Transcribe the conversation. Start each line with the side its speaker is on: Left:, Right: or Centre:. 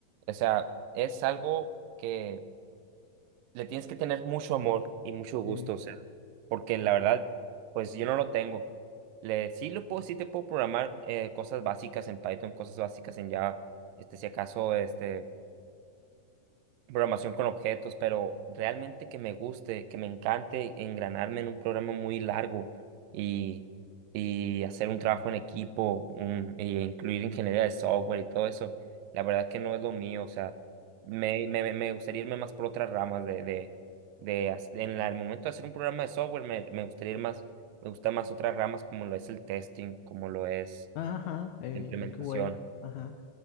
Right: O sea, es algo que le tienes que tener mucho amor y mucho
Left: sí.
Right: gusto, o sea, porque la verdad, pues yo no lo tengo. Le, sí lo puedo, sí te puedo programar eh, cosas básicas en Python, cosas básicas en Java, este, si acaso, este programación con objetos, pero realmente que me guste, que me encante engranarme en un programa muy largo y, y hacer un trabajo en equipo, un- y incluir ingeniería de software y todo eso, la verdad que no es lo mío, o sea, me, me, me gustaría irme más por otras ramas de, de, de hac- en la- el momento de hacer un programa de software, me, me gustaría ir más, me gusta más otras ramas como lo es el testing, como lo es
Left: Ajá, el,
Right: la implementación.
Left: el QA, ajá.